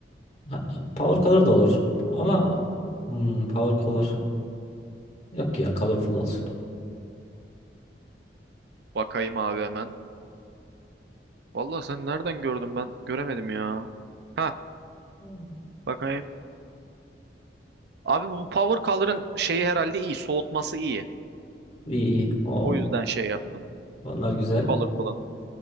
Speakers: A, on the left (about 40°); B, on the right (about 65°).
A: Ha, Power color da olur. Ama hmm, power color yok ya colorful olsun.
B: Bakayım abi hemen. Vallahi sen nereden gördün ben göremedim ya. Ha
A: Hmm.
B: bakayım. Abi bu Power Color'ın şeyi herhalde iyi. Soğutması iyi.
A: İyi iyi. O
B: O yüzden şey yaptım.
A: onlar güzel.
B: Colorful'ın.